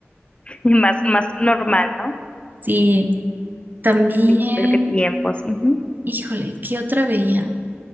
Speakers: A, on the left; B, on the right.
A: y más, más normal, ¿no?
B: Sí. También
A: Sí, pero qué tiempos. ujú.
B: Híjole, ¿qué otra veía?